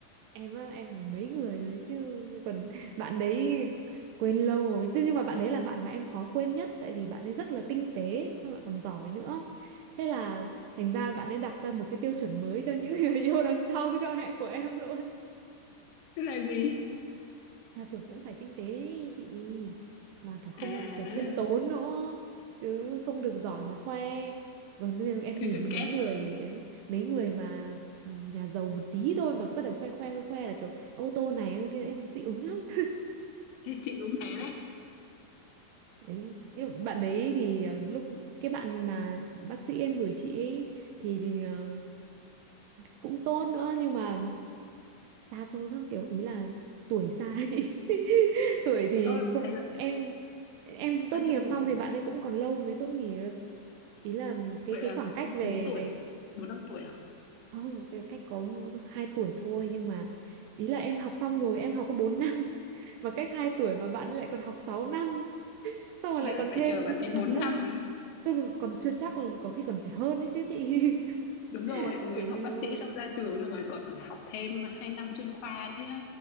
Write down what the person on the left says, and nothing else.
Thế là gì?
À, à,
tiêu
chuẩn
kép
rồi.
Thế chị cũng thế đấy.
Ơ,
thế là
bao nhiêu
tuổi?
Vậy
là
cũng
4 tuổi,
4 5 tuổi à?
Nghĩa
là
phải
chờ bạn
ấy bốn
năm
Đúng rồi, ừ,
em học
bác sĩ xong ra trường xong rồi còn phải học thêm 2 năm chuyên khoa nữa nhá.